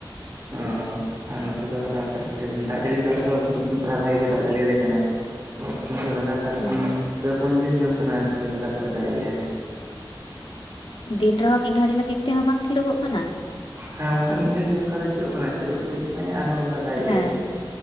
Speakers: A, on the right; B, on the left.
A: ᱚᱻ ᱟᱨ ᱱᱚᱛᱮ ᱫᱚ ᱟᱫᱚ ᱟᱥᱛᱮ ᱟᱥᱛᱮ ᱫᱟᱜ ᱡᱟᱹᱲᱤ ᱠᱚᱫᱚ ᱟᱞᱮ ᱫᱚ ᱯᱨᱟᱭ ᱵᱷᱟᱜᱮ ᱜᱮ ᱫᱟᱜ ᱡᱟᱹᱲᱤ ᱟᱞᱮ ᱠᱟᱱᱟᱭ ᱠᱤᱱᱛᱩ ᱞᱟᱜᱟᱛᱟᱨ
B: ᱦᱮᱸ
A: ᱯᱮ ᱯᱩᱱ ᱫᱤᱱ ᱦᱩᱭᱩᱜ ᱠᱟᱱᱟ ᱡᱮ ᱞᱟᱜᱟᱛᱟᱨ ᱫᱟᱜ ᱮᱜ ᱟᱭ
B: ᱫᱤᱱ ᱨᱮᱦᱚᱸ ᱢᱤᱫ ᱜᱷᱟᱹᱲᱤ ᱞᱟᱹᱜᱤᱫ ᱛᱮᱦᱚᱸ ᱵᱟᱝ ᱛᱷᱤᱨᱚᱜᱚᱜ ᱠᱟᱱᱟ
A: ᱦᱮᱸ ᱚᱱᱠᱟ ᱢᱤᱫ ᱜᱷᱟᱹᱲᱤ ᱫᱚ ᱚᱱᱠᱟ ᱫᱚᱭ ᱛᱷᱤᱨᱚᱜ ᱠᱟᱱᱟᱭ ᱛᱷᱤᱨᱚᱜ ᱞᱟᱹᱜᱤᱜ ᱠᱟᱱᱟᱭ ᱟᱨᱦᱚᱸ ᱚᱱᱠᱟ ᱫᱟᱜᱮᱜ
B: ᱦᱮᱸ
A: ᱟᱭ